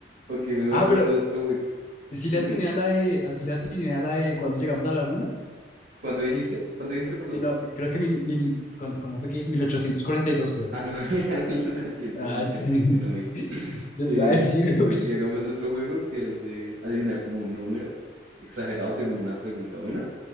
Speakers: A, on the right (about 75°); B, on the left (about 45°).
A: Ok, mejor
B: Ah,
A: juguemos
B: pero
A: otro juego.
B: sí le
A: Dime,
B: atiné a la de, así le atiné a la de cuando llegamos a la luna.
A: ¿cuándo dijiste? ¿Cuándo dijiste, perdón?
B: Mil no- creo que mil, mil, cuan- ¿cómo fue que dije? mil ochocientos cuarenta y dos, creo.
A: Ah, no, <laughs> era mil novecientos
B: Ah,
A: sesenta y
B: <laughs>
A: nueve es que no vi. <laughs>
B: yo
A: Em,
B: sí iba a decir, <laughs> ush.
A: ok, hagamos otro juego que es de adivinar como un número exagerado según una pregunta buena.